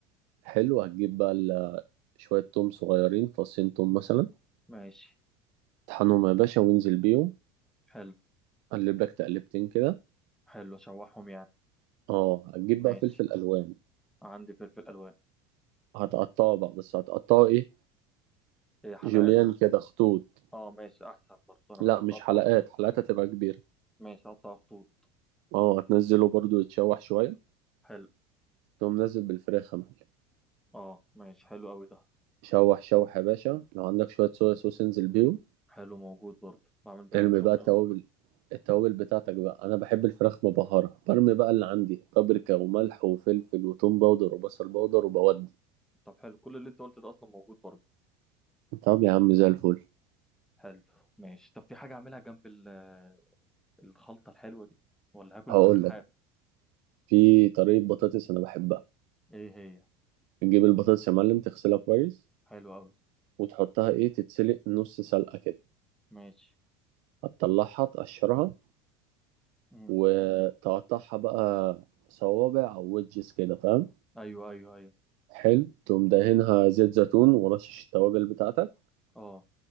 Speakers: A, on the right (about 60°); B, in the centre.
A: حلو هتجيب بقى ال- شوية توم صغيرين فصين توم مثلا
B: ماشي
A: طحنهم يا باشا وانزل بيهم
B: حلو
A: قلب لك تقلبتين كده
B: حلو اشوحهم يعني
A: اه هتجيب بقى
B: ماشي
A: فلفل ألوان
B: عندي فلفل الوان
A: هتقطعه بقى بس هتقطعه ايه
B: ايه حلقات
A: جوليان كده خطوط
B: اه ماشي احسن برضه انا
A: لا
B: بحب
A: مش
B: اقطع
A: حلقات
B: خطوط
A: حلقات هتبقى كبيرة
B: ماشي اقطع خطوط
A: اه هتنزله برضو يتشوح شوية
B: حلو
A: تقوم نزل بالفراخ يا معلم
B: اه ماشي حلو قوي ده
A: شوح شوح يا باشا لو عندك شوية صويا صوص انزل بيهم
B: حلو موجود برضه بعمل بقى
A: ارمي
B: الاندومي
A: بقى التوابل التوابل بتاعتك بقى انا بحب الفراخ مبهرة برمي بقى اللي عندي بابريكا وملح وفلفل وتوم باودر وبصل باودر وبودي
B: طب حلو كل اللي انت قلته ده اصلا موجود برضه
A: طب يا عم زي الفل
B: حلو ماشي طب في حاجه اعملها جنب ال- آه، الخلطه الحلوه دي ولا هاكل
A: هقول
B: فراخ
A: لك في طريقة بطاطس انا بحبها
B: ايه هي
A: تجيب البطاطس يا معلم تغسلها كويس
B: حلو قوي
A: وتحطها ايه تتسلق نص سلقة كده
B: ماشي
A: هتطلعها تقشرها
B: امم
A: وتقطعها بقى صوابع او ويدجز كده فاهم
B: ايوه ايوه ايوه
A: حلو تقوم دهنها زيت زيتون ورشش التوابل بتاعتك
B: اه